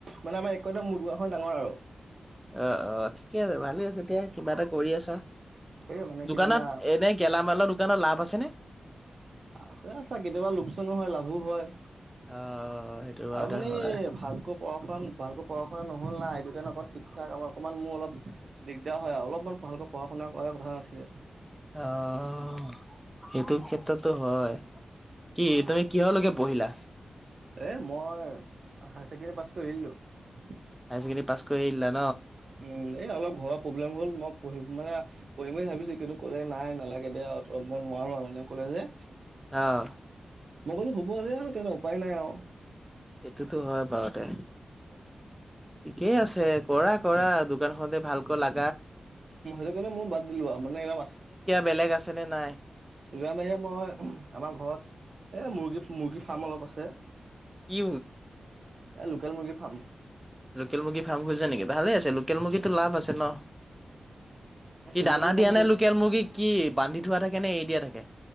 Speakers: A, on the right; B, in the centre.
A: মানে আমাৰ একোদম মদগাখন ডাঙৰ আৰু
B: অ-অ ঠিকে আছে ভালে আছে এতিয়া কিবা এটা কৰি আছা
A: এই মানে কি
B: দোকানত
A: জানা
B: এনে গেলামালৰ দোকানত লাভ আছেনে।
A: আছে আছো কেতিয়াবা লোোকচনো হয় লাভো হয়।
B: অ', সেইটো বাৰুতে
A: আৰু মানে
B: হয়
A: ভালকৈ পঢ়া শুনা ভালকৈ পঢ়া শুনা নহ'ল। নাই সটো কাৰ শিক্ষা আ অকমান মোৰ অলপ দিগদাৰ হয় আৰু অলপমান ভালকৈ পঢ়া শুনা কৰা কথা নাছিলে।
B: অ' সেইটো ক্ষেত্ৰতো হয়। কি
A: সেইটো
B: তুমি কিহলৈকে পঢ়িলা
A: মই হায়াৰ ছেকেণ্ডৰী পাছ কৰিলো।
B: হায়াইছেে পা কৰি আহিল আৰু
A: উম, এ অলপ ঘৰৰ প্ৰব্লেম হ'ল মই পঢ়িম মানে পঢ়িম বুলি ভাবিছো কিন্তু ক'লে নাই নালাগে। তে দ ত মই নোৱাৰো আৰু এনে ক'লে যে
B: অঁহ
A: মই কলো হুব আৰু তেনে উপায় নাই আৰু
B: এইটোতো হয় বাৰতে
A: হয়।
B: ঠিকেই আছে কৰা কৰা দোকান খতে ভালকৈ লা
A: সেইটোকাৰণে মই বাদ দিলো আৰু মানে এইবাৰ মাথা
B: বেলেগ আছে নে নাই?
A: ৰাৰ বাহিৰে মই আমাৰ ঘৰত এ মুৰ্গী মুৰ্গী ফাৰ্ম অলপ আছে।
B: কি
A: এ লোকেল মুৰ্গী ফাৰ্ম।
B: লোকেল মুৰ্গী ফাৰ্ম খুলিছে নেকি? ভালে লোকেল মুৰ্গীতো লাভ আছে ন। কি
A: লোকেল
B: দানা
A: মুৰ্গী
B: দিয়া
A: ফাৰ্ম খুলি
B: নে লোকেল মুৰ্গীক কি বান্ধি থোৱা থাকে নে এ দিয়া থাকে।